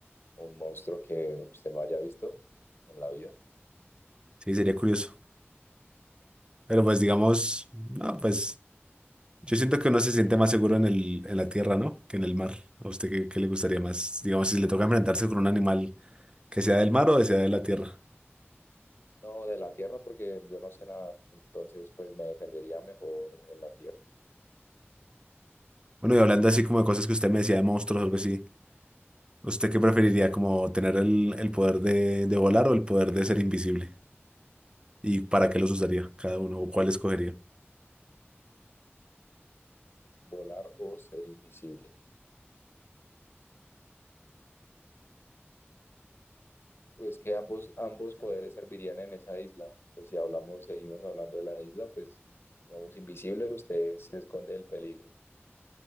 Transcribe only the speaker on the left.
un monstruo que usted no haya visto en la vida.
No, de la tierra porque yo no sé nadar entonces pues me defendería mejor en la tierra,
volar o ser invisible. Pues que ambos, ambos poderes servirían en esa isla. Pues si hablamos, seguimos hablando de la isla, pues digamos invisible, usted se esconde del peligro.